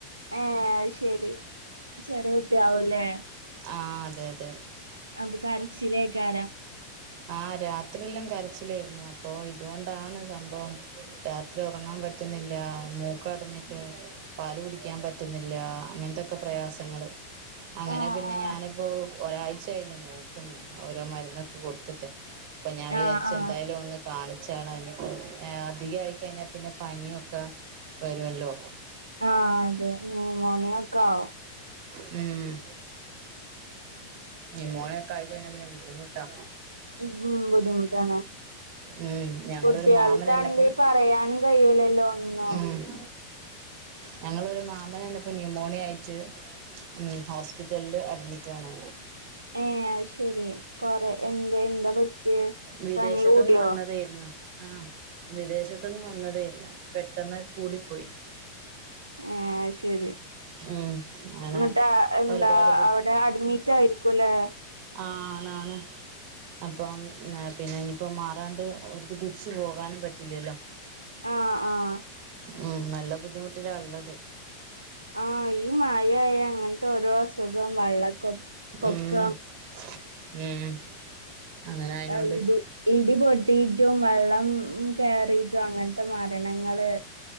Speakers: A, on the right; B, on the right.
A: ഏഹ് അയ്ശരി ചെറിയ കുട്ടിയാവുല്ലേ
B: ആഹ് അതെ അതെ
A: അപകാരച്ചിലേക്കാര
B: ആഹ് രാത്രിയെല്ലാം കരച്ചിലായിരുന്നു അപ്പൊ ഇതുകൊണ്ടാണ് സംഭവം രാത്രി ഉറങ്ങാൻ പറ്റുന്നില്ല മൂക്കടഞ്ഞിട്ട് പാല് കുടിക്കാൻ പറ്റുന്നില്ല അങ്ങനത്തെൊക്കെ പ്രയാസങ്ങള് അങ്ങനെ
A: ആ
B: പിന്നെ
A: ആ
B: ഞാനിപ്പോൊ ഒരാഴ്ചായില്ലേ നോക്കന്ന് ഓരോ മരുന്നൊക്കെ കൊടുത്ത് അപ്പോ ഞാൻ വിചാരിച്ച
A: ആ ആ
B: എന്തായാലും ഒന്ന് കാണിച്ചള അതിനിപ്പം അധികയി കഴിഞ്ഞാൽ പിന്നെ പനിയൊക്കെ വരുവല്ലോ
A: ആഹ് അതെ നുമോണിയ ക്കെ ആാവോ
B: ഉം ന്യുമോണിയ കായി കഴിഞ്ഞാ പിന്നെ ബുദ്ധിമുട്ടാ
A: ഉം ഉം ബുദ്ധിമുട്ടാണ്
B: ഉം ഞങ്ങളൊരു
A: കുട്ടികൾക്കാണെങ്കിൽ
B: മാമനെന്നെപ്പം
A: പറയാനും കഴൂലല്ലോ ഒന്നോ
B: ഉം ഞങ്ങളൊരു മാമനന്റെ ഇപ്പൊ ന്യൂമോണിയ ആയിട്ട് ഉം ഹോസ്പിറ്റലില് അഡ്മിറ്റ് ആണ്
A: ഏഹ് അയ്ശരി കൊറെ എന്താ എന്താ
B: വിദേശത്തു
A: പനി കൂടിയോ
B: നിന്ന് വന്നതെര്ന്ന് ആഹ് വിദേശത്തു നിന്ന് വന്നതെർന്ന് പെട്ടെന്ന് കൂടിപ്പോയി
A: ഏഹ് അയ്ശരി
B: ഉം. അങ്ങനെ
A: എന്നിട്ട് എന്താ
B: ഒരുപാട്
A: അവിടെ അഡ്മിറ്റ് ആയിരിക്കുംല്ലേ
B: ആഹ് ആഹ് ആണ് അപ്പം പിന്നെ ഇനിയിപ്പോ മാറാണ്ട് ഒക്ക് തിരിച്ചു പോകാനും പറ്റില്ലല്ലോ
A: ആഹ് ആഹ്
B: ഉം നല്ല ബുദ്ധിമുട്ടിലള്ളത്
A: ആഹ് ഈ മായായ അങ്ങനത്തെ ഓരോ അസുഖം വെള്ളക്കൊ പൊക്കം
B: ഉം, ഉം അങ്ങനെ അതിനോണ്ട്
A: ആഹ് ഇടി ഇടിപൊട്ടിയിട്ടും വെള്ളം കേറിയിട്ടും അങ്ങനത്തെ മരണങ്ങള്